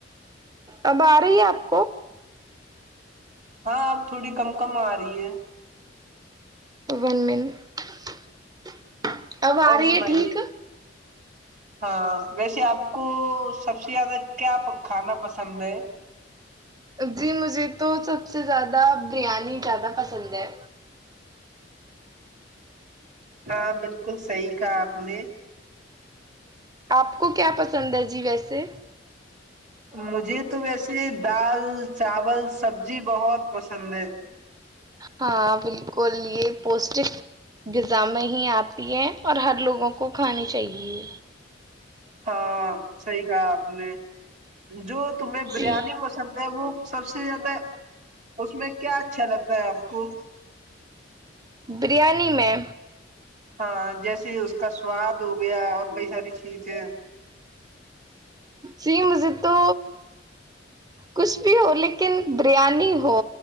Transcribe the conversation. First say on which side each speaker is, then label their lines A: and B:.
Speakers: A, on the right (about 20°); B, on the right (about 45°).
A: اب آ رہی ہے آپ کو
B: ہاں اب تھوڑی کم کم آ رہی ہے
A: ان مین <unintelligible> اب آ
B: اور
A: رہی
B: سنائیے
A: ہے ٹھیک
B: ہاں ویسے آپ کو سب سے زیادہ کیا کھانا پسند ہے
A: جی مجھے تو سب سے زیادہ بریانی زیادہ پسند ہے
B: ہاں بالکل صحیح کہا آپ نے
A: آپ کو کیا پسند ہے جی ویسے
B: مجھے تو ویسے دال چاول سبزی بہت پسند ہے
A: ہاں بالکل یہ پوسٹک غذامیں ہی آپتی ہیں اور ہر لوگوں کو کھانی چاہیے
B: ہاں صحی کہا آپ نے جو تمہیں بریانی
A: جی
B: پسند ہے وہ سب سے زیادہ اس میں کیا اچھا لگتا ہے آپ کو
A: بریانی میں
B: ہاں جیسے اس کا سواد ہو گیا اور کئی ساری چیزیں
A: جی مجھے تو کچھ بھی ہو لیکن بریانی ہو